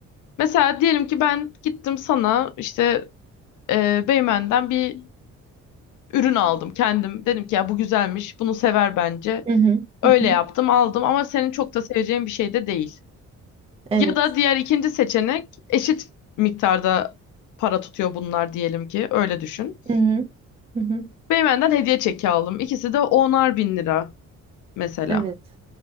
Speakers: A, on the left (about 80°); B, on the right (about 20°).
A: Mesela diyelim ki ben gittim sana işte e, Beymen'den bir ürün aldım kendim. Dedim ki ya bu güzelmiş, bunu sever bence.
B: Hı hı.
A: Öyle
B: Hı hı.
A: yaptım, aldım ama senin çok da seveceğin bir şey de değil.
B: Evet.
A: Ya da diğer ikinci seçenek eşit miktarda para tutuyor bunlar diyelim ki öyle düşün.
B: Hı hı. Hı hı.
A: Beymen'den hediye çeki aldım. İkisi de onar bin lira mesela.
B: Evet.